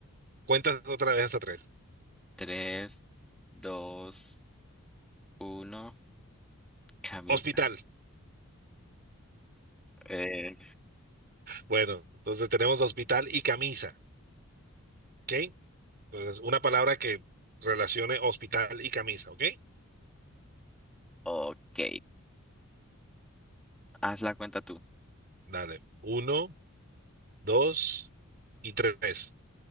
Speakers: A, on the right (about 45°); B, in the centre.
A: Cuentas otra vez hasta tres.
B: Tres, dos, uno. Camisa.
A: Hospital.
B: Eh,
A: Bueno, entonces tenemos hospital y camisa. Ok, entonces una palabra que relacione hospital y camisa. Ok,
B: ok. Haz la cuenta tú.
A: dale. Uno, dos y tres.